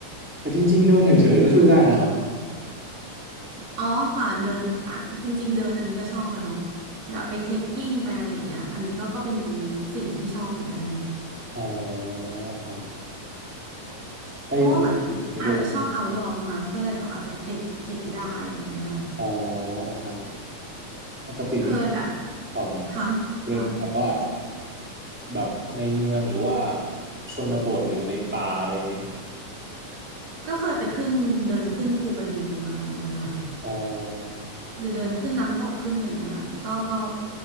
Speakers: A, in the centre; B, on the right.
A: แต่จริงๆเดินเฉยๆก็ช่วยได้นะครับ
B: อ๋อค่ะเดินอ่ะจริงๆเดินอันนี้ก็ชอบนะคะแบบไปเทคกิ้งไปอะไรอย่างเงี้ยอันนี้ก็ก็เป็นสิ่งที่ชอบเหมือนกัน
A: อ๋อครับไปเดินไปเดิน
B: เพราะว่าเหมือนอาจจะชอบ outdoor มั้งคะก็เลยแบบอาจจะเทคเทคได้อะไรอย่างเงี้ยค่ะ
A: อ๋อครับปกตินี้
B: เคยแบบ
A: แถวไหนครับ
B: ค่ะค่ะ
A: เดินแบบว่าแบบในเมืองหรือว่าชนบทหรือในป่าอะไรอย่างเงี้ย
B: ก็เคยไปขึ้นเดินขึ้นภูกระดึงมาเหมือนกันค่ะ
A: อ๋อ
B: หรือเดินขึ้นน้ำตกขึ้นอะไรอย่างเงี้ยค่ะก็ก็